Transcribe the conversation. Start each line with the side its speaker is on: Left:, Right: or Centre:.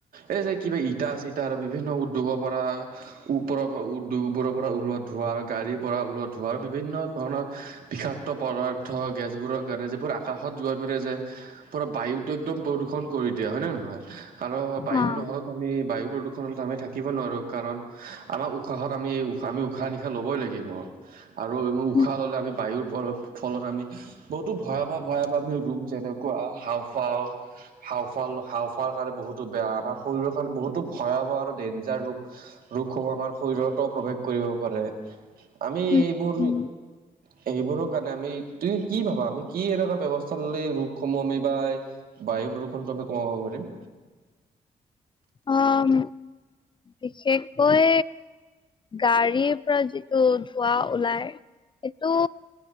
Right: এই যে কিবা ইতা-চিতা আৰু বিভিন্ন উদ্যোগৰ পৰা ওপৰৰ পৰা দুবোৰৰ পৰা ওলোৱা ধোৱাৰ, ‌গাড়ীৰ পৰা ওলাত ধোৱাৰ, বিভিন্ন ধৰণৰ, বিষাক্ত পদাৰ্থ গেছবোৰৰ কাৰণে, যিবোৰ আকাশত গৈ পৰে যে পুৰা বায়ুটো একদম প্ৰদূষণ কৰি দিয়ে, হয় নে নহয়, আৰু বায়ু
Left: অ',
Right: নহ'লে আমি বায়ু প্ৰদূষণতো আমি থাকিব নোৱাৰোঁ, কাৰণ আমাৰ উশাহত আমি, আমি উশাহ নিশাহ ল'বই লাগিব, আৰু
Left: উম,
Right: উশাহ ললে আমি বায়ুৰ ফলত আমি, বহুতো ভয়াৱ ভয়াৱ আমি ৰোগ যেনেকুৱা হাওঁ ফাও, সাও <unintelligible> হাও- ফাও কাৰণে বহুতো বেয়া, আমাৰ শৰীৰৰ কাৰণে বহুতো ভয়াৱহ আৰু ডেঞ্জাৰ ৰূপ ৰোগসমূহ আমাৰ শৰীৰতো প্ৰৱেশ কৰিব পাৰে, আমি
Left: উম,
Right: এইবোৰ
Left: উম,
Right: সেইবোৰৰ কাৰণে আমি, তুমি কি ভাবা, আমি কি এনেকুৱা ব্যৱস্থা ললে ৰোগসমূহ আমি বা বায়ু প্ৰদূষণটো আমি কমাব পাৰিম?
Left: অ'ম, বিশেষকৈ গাড়ীৰ পৰা যিটো ধোৱা ওলাই, সেইটো